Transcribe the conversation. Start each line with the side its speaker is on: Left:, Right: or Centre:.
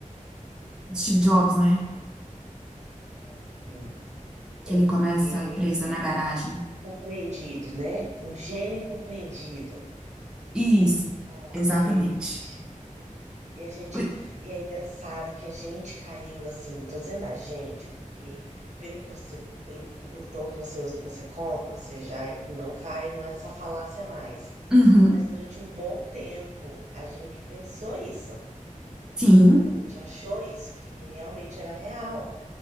Centre: de Steve Jobs, né?
Right: Ah, sim.
Centre: Que
Right: É,
Centre: ele começa
Right: ele
Centre: a empresa
Right: é
Centre: na garagem.
Right: compreendido, né? Um gênio incompreendido.
Centre: Isso,
Right: Ai,
Centre: exatamente.
Right: gente. E a gente,
Centre: Ui,
Right: e é engraçado que a gente caiu assim, tô dizendo a gente, porque pelo que você, pelo que- o tom que você usa, que você conta, você já não cai nessa falácia mais.
Centre: Uhum,
Right: Mas durante um bom tempo, a gente pensou isso.
Centre: sim,
Right: A gente achou isso, que realmente era real.